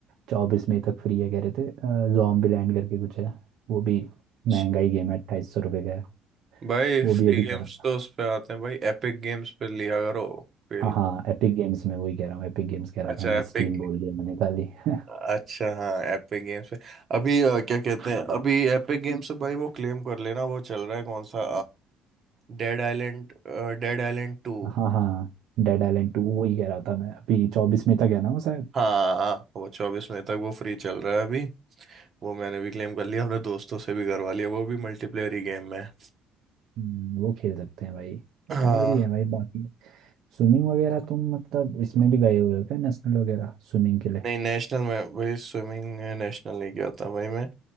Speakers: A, on the right (about 70°); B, on the right (about 35°).
A: चौबीस मई तक फ्री है कह रहे थे जॉम्बी लैंड करके कुछ है वो भी महंगा
B: अच्छा।
A: ही गेम है अट्ठाईस सौ रुपये का है
B: भाई
A: वो
B: <laughs>
A: भी
B: फ्री
A: अभी कह
B: गेम्स
A: रहा था
B: तो उस पे आते हैं भाई एपिक गेम्स पे लिया करो खेल
A: हाँ
B: के
A: हाँ एपिक गेम्स में वही कह रहा हूँ एपिक गेम्स कह रहा
B: अच्छा
A: था मैं
B: एपिक
A: स्टीम बोल दिया मैंने खाली <laughs>
B: अच्छा हाँ एपिक गेम्स पे अभी अ, क्या कहते हैं हाँ अभी एपिक गेम्स से भाई वो क्लेम कर लेना वो चल रहा है कौन सा Dead Island Dead Island two
A: हाँ हाँ डेड आइलैंड टू वही कह रहा था मैं अभी चौबीस मई तक है ना वो शायद
B: हाँ हाँ, वो चौबीस मई तक वो फ्री चल रहा है अभी वो मैंने भी क्लेम कर लिया अपने दोस्तों से भी करवा लिया वो भी मल्टीप्लेयर ही गेम है
A: हम्म, वो खेल सकते हैं भाई
B: हाँ
A: और भी है भाई बाकी स्विमिंग वगैरह तुम मतलब इसमें भी गए हुए हो क्या नेशनल वगैरह स्विमिंग के लिए
B: नहीं नेशनल में भाई स्विमिंग नेशनल नहीं गया था भाई मैं